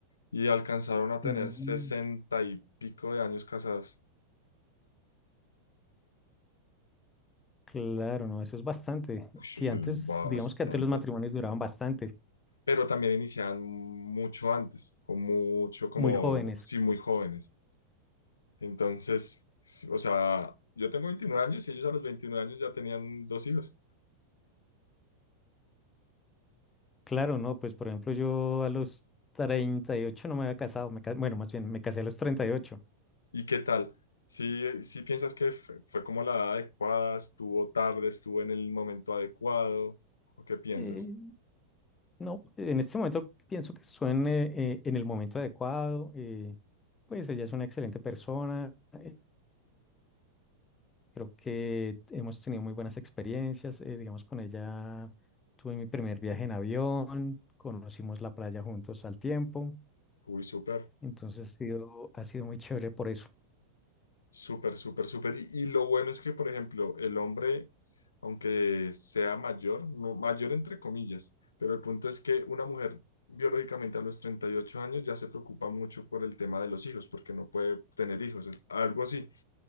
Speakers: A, on the left (about 75°); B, on the left (about 15°).
A: y alcanzaron a tener
B: Mm,
A: sesenta y pico de años casados.
B: Claro, no, eso es bastante.
A: Ush,
B: Sí,
A: eso
B: antes,
A: es bastante.
B: digamos que antes los matrimonios duraban bastante,
A: Pero también iniciaban mucho antes, o mucho como,
B: muy jóvenes.
A: sí, muy jóvenes. Entonces, sí, o sea, yo tengo 29 años y ellos a los 29 años ya tenían dos hijos.
B: Claro, no, pues por ejemplo yo a los 38 no me había casado, me ca- bueno, más bien me casé a los 38.
A: ¿Y qué tal? Si si piensas que fue, fue como la edad adecuada? ¿Estuvo tarde? ¿Estuvo en el momento adecuado? ¿O qué piensas?
B: Eh, no, en este momento pienso que estuve en, eh, eh, en el momento adecuado, eh, pues ella es una excelente persona, eh, creo que hemos tenido muy buenas experiencias, eh, digamos con ella tuve mi primer viaje en avión, conocimos la playa juntos al tiempo.
A: Uy, súper.
B: Entonces ha sido, ha sido muy chévere por eso.
A: Súper, súper, súper. Y, y lo bueno es que, por ejemplo, el hombre, aunque sea mayor, no, mayor entre comillas, pero el punto es que una mujer biológicamente a los 38 años ya se preocupa mucho por el tema de los hijos, porque no puede tener hijos, es algo así,